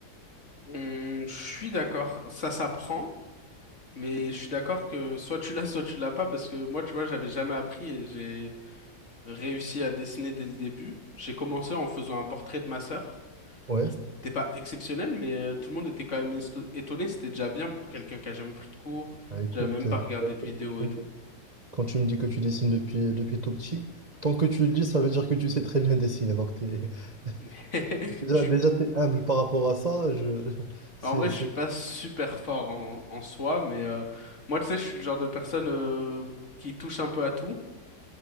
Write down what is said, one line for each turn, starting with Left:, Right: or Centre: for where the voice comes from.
Left: Hum, je suis d'accord, ça s'apprend, mais je suis d'accord que soit tu l'as, <laughs> soit tu l'as pas, parce que moi, tu vois, j'avais jamais appris et j'ai réussi à dessiner dès le début. J'ai commencé en faisant un portrait de ma sœur.
Right: Ouais,
Left: C'était pas exceptionnel, mais euh, tout le monde était quand même esto- étonné. C'était déjà bien pour quelqu'un qui a jamais pris de cours.
Right: bah écoute,
Left: J'avais même
Right: euh,
Left: pas regardé de
Right: quand
Left: vidéos
Right: tu
Left: et
Right: me
Left: tout.
Right: dis quand tu me dis que tu dessines depuis, euh, depuis tout petit, tant que tu le dis, ça veut dire que tu sais très bien dessiner. Donc t'es,
Left: <laughs>
Right: <laughs> déjà,
Left: Je suis,
Right: déjà t'es humble par rapport à ça. Je, <laughs> c'est,
Left: en vrai,
Right: c'est,
Left: je suis pas super fort en, en soi, mais euh, moi, tu sais, je suis le genre de personne euh, qui touche un peu à tout.